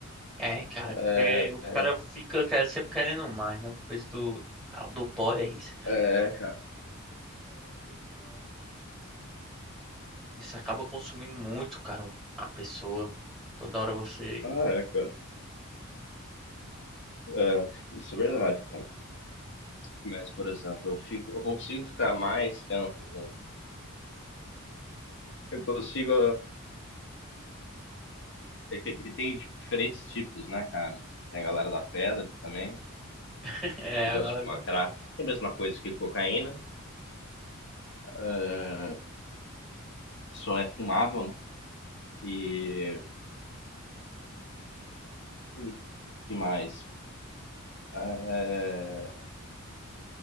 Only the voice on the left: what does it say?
É,
é,
é, cara.
Ah, é, cara. É, isso é verdade, cara. Mas, por exemplo, eu fico, eu consigo ficar mais tempo. né? Eu consigo. É que aqui tem diferentes tipos, né, cara? Tem a galera da pedra também,
que gosta
de fumar crack. É a mesma coisa que cocaína. é, só é fumável, né? E. e que mais? É,